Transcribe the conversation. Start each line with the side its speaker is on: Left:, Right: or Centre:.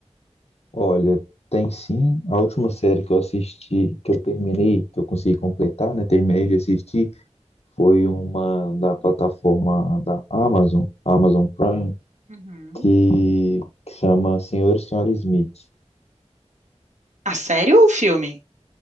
Left: Olha, tem sim. A última série que eu assisti, que eu terminei, que eu consegui completar, né? Terminei de assistir, foi uma da plataforma da Amazon, Amazon Prime.
Right: Uhum.
Left: que, que chama Senhor e Senhora Smith.
Right: A série ou o filme?